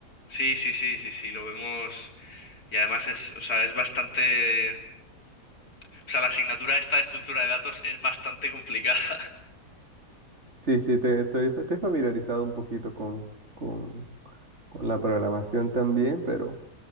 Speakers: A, on the left; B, on the right.
A: Sí, sí, sí, sí, sí, lo vemos. Y además es, o sea, es bastante, o sea, la asignatura esta de estructura de datos es bastante complicada.
B: Sí, sí, te, estoy, estoy familiarizado un poquito con, con, con la programación también, pero